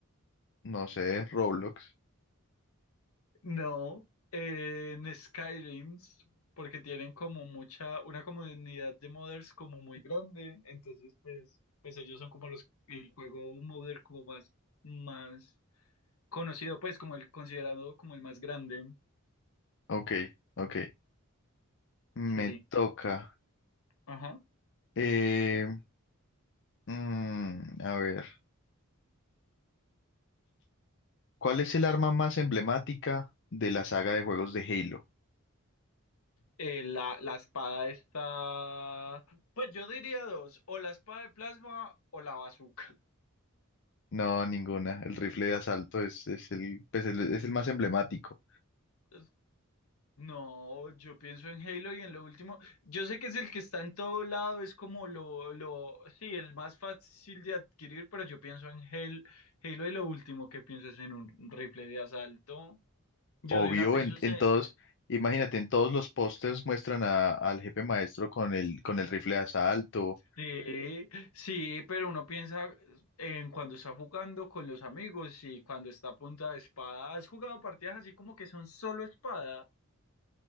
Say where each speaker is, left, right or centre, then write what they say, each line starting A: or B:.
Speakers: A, on the left; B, on the left.
A: No sé, Roblox.
B: No, eh, en Skyrim, porque tienen como mucha, una comunidad de modders como muy grande, entonces pues, pues ellos son como los, el juego modder como más, más conocido, pues como el considerado como el más grande.
A: Ok, ok.
B: Sí,
A: Me
B: sí.
A: toca.
B: Ajá.
A: Eh, mm, a ver. ¿Cuál es el arma más emblemática de la saga de juegos de Halo?
B: eh, la, la espada está. Pues yo diría dos: o la espada de plasma o la bazooka.
A: No, ninguna. El rifle de asalto es, es el, pues, el- es el más emblemático.
B: Es- No, yo pienso en Halo y en lo último. Yo sé que es el que está en todo lado, es como lo, lo, sí, el más fácil de adquirir, pero yo pienso en Halo, Halo y lo último que pienso es en un rifle de asalto. Yo
A: Obvio,
B: de una pienso
A: en,
B: ese.
A: en todos, imagínate, en todos los pósters muestran a- al jefe maestro con el, con el rifle de asalto
B: Sí, sí, pero uno piensa en cuando está jugando con los amigos y cuando está a punta de espada. ¿Has jugado partidas así como que son solo espada?